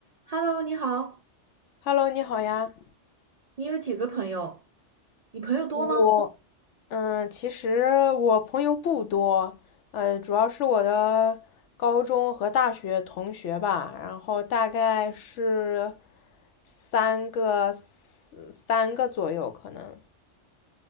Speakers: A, on the right; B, on the left.
A: Hello，你好，
B: Hello，你好呀。
A: 你有几个朋友？你朋友多吗？
B: 我，嗯，其实我朋友不多，呃，主要是我的高中和大学同学吧，然后大概是三个四三个左右，可能